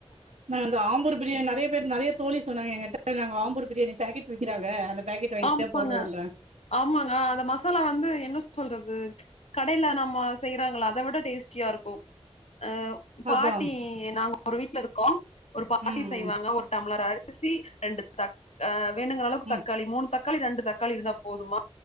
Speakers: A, on the right (about 80°); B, on the left (about 70°).
A: நாங்க அந்த ஆம்பூர் பிரியாணி நிறைய பேர் நிறைய தோழி சொன்னாங்க எங்கிட்ட நாங்க ஆம்பூர் பிரியாணி பாக்கெட் விக்கிறாங்க அந்த பேக்கெட் வாங்கிதா
B: ஆமாங்க
A: போடுறோன்றாங்க
B: ஆமாங்க அந்த மசாலா வந்து என்ன சொல்றது கடையில நம்ம செய்யறாங்களா அத விட டேஸ்டியா இருக்கும் அ பாட்டி
A: அதா
B: நாங்க ஒரு வீட்ல இருக்கோம் ஒரு பாட்டி
A: ம்
B: செய்வாங்க
A: ம்
B: ஒரு டம்ளர் ஆ ரிசி ரெண்டு தட் வேணண்டுங்கிற அளவுக்கு
A: ம்
B: தக்க மூணு தக்காளி ரெண்டு தக்காளி இருந்தா போதுமா